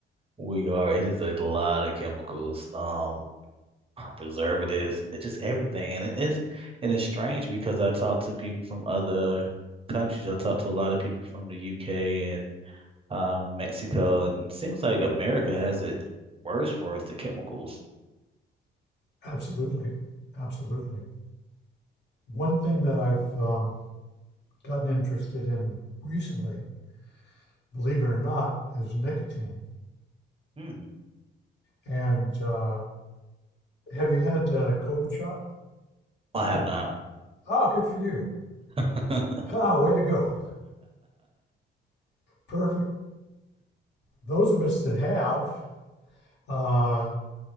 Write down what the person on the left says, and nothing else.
Absolutely, absolutely. One thing that I've um, gotten interested in recently, believe it or not, is nicotine.
And uh, have you had a COVID shot?
Ah, good for you.
Ah, way to go. <laughs> Perfect. Those of us that have, uh,